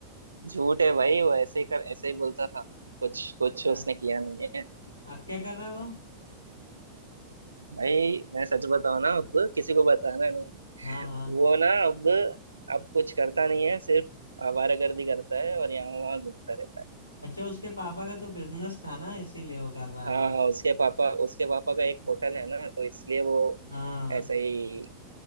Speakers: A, on the right; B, on the left.
A: झूठ है भाई वो ऐसे ही कर ऐसे ही बोलता था कुछ कुछ
B: हाँ,
A: उसने किया नहीं है
B: अब क्या कर रहा है वो
A: भाई मैं सच बताऊं ना अब किसी को बताना नहीं
B: हाँ हाँ
A: वो ना अब अब कुछ करता नहीं है सिर्फ आवारागर्दी करता है और यहाँ वहाँ घूमता रहता है
B: अच्छा उसके पापा का तो बिजनेस था ना इसीलिए वो कर रहा है
A: हाँ हाँ, उसके पापा उसके पापा का एक होटल है ना तो इसलिए वो
B: हाँ
A: ऐसा ही